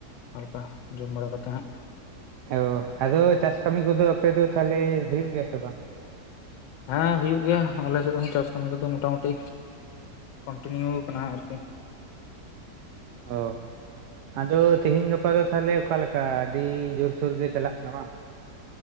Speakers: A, on the left; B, on the right.
A: ᱦᱟᱞᱠᱟ ᱡᱚᱢ ᱵᱟᱲᱟ ᱠᱟᱛᱮᱜ ᱦᱟᱸᱜ᱾
B: <unintelligible> ᱟᱫᱚ ᱪᱟᱥ ᱠᱟᱹᱢᱤ ᱠᱚᱫᱚ ᱟᱯᱮ ᱫᱚ ᱛᱟᱦᱚᱞᱮ ᱦᱩᱭᱩᱜ ᱜᱮᱭᱟ ᱥᱮ ᱵᱟᱝ?
A: ᱦᱮᱸ ᱦᱩᱭᱩᱜ ᱜᱮᱭᱟ, ᱟᱞᱮ ᱥᱮᱫ ᱫᱚ ᱦᱟᱜ ᱪᱟᱥ ᱠᱟᱹᱢᱤ ᱠᱚᱫᱚ ᱢᱳᱴᱟᱢᱩᱴᱤ ᱠᱚᱱᱴᱤᱱᱤᱭᱩ ᱟᱠᱟᱱᱟ ᱦᱟᱜ ᱟᱨᱠᱤ ᱾ <inaudible>
B: ᱚ ᱾ <inaudible> ᱟᱫᱚ ᱛᱮᱦᱤᱧ ᱜᱟᱯᱟ ᱫᱚ ᱛᱟᱦᱚᱞᱮ ᱚᱠᱟ ᱞᱮᱠ ᱠᱟ ᱟᱹᱰᱤ ᱡᱳᱨᱥᱳᱨ ᱜᱮ ᱪᱟᱞᱟᱜ ᱠᱟᱱᱟ ᱵᱟᱝ?